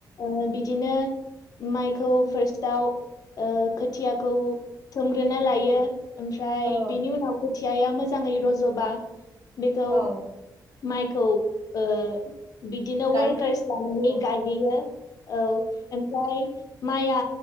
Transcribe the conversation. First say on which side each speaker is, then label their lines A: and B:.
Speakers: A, on the left; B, on the right.
A: ओ बिदिनो माइखौ फार्स्ट दाउ ओ खोथियाखौ सोमग्रोना लायो। ओमफ्राय
B: औ
A: बिनि उनाव खोथ खोथियाया मोजाङै रज'बा। बेखौ
B: औ
A: माइखौ ओ बिदिनो
B: गायनो
A: वारकार्स
B: हायो
A: लानानै
B: औ
A: गायहैयो औ ओमफ्राय माइआ